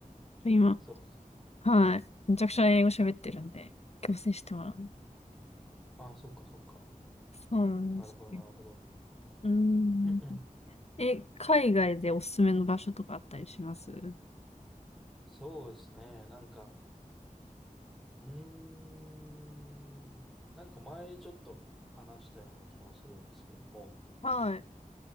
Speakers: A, on the left; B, in the centre.
A: 今、
B: そうです。
A: はい。めちゃくちゃ英語喋ってるんで、強制してもらう。
B: ああ、そうか、そうか。
A: そうなんですね。
B: なるほど、なるほど。
A: うん。
B: うんうん。
A: え、海外でおすすめの場所とかあったりします
B: そうですね。なんか、うーん。なんか前ちょっと話したような気もするんですけども。
A: はい。